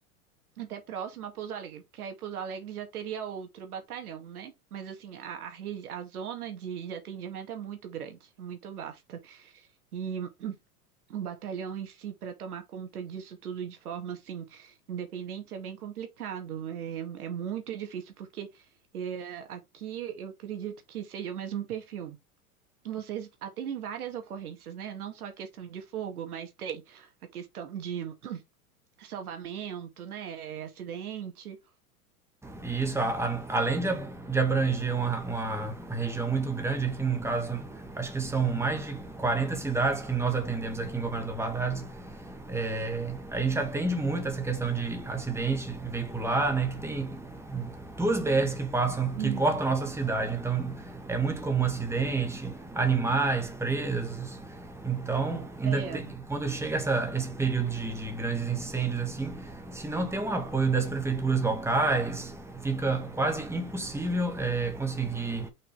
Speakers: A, on the right; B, in the centre.
A: até próximo a Pouso Alegre, porque aí Pouso Alegre já teria outro batalhão, né? Mas, assim, a, a, regi- a zona de de atendimento é muito grande, é muito vasta. E o batalhão em si, para tomar conta disso tudo de forma assim, independente, é bem complicado. É, é muito difícil, porque é, aqui eu acredito que seja o mesmo perfil. Vocês atendem várias ocorrências, né? Não só a questão de fogo, mas tem a questão de salvamento, né? Acidente.
B: E isso, a- a- além de, de abranger uma, uma, uma região muito grande, aqui no caso, acho que são mais de 40 cidades que nós atendemos aqui em Governador Valadares, É, a gente atende muito essa questão de acidente veicular, né? Que tem duas BRs que passam,
A: Uhum.
B: que cortam a nossa cidade. Então, é muito comum acidente, animais presos. Então, ainda
A: É,
B: te- quando chega essa, esse período de, de grandes incêndios assim, se não tem um apoio das prefeituras locais, fica quase impossível eh, conseguir